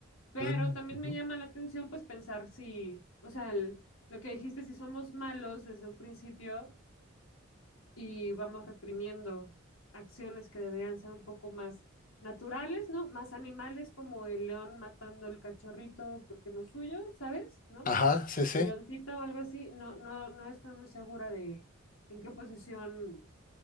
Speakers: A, on the left; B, on the left.
A: Pero
B: Mm,
A: también
B: ujú.
A: me llama la atención pues pensar si, o sea, el- lo que dijiste, si somos malos desde un principio, y vamos reprimiendo acciones que deberían ser un poco más naturales, ¿no? Más animales como el león matando el cachorrito porque no es suyo, ¿sabes? ¿No?
B: Ajá, sí, sí.
A: El leoncito o algo así. No, no, no estoy muy segura de en qué posición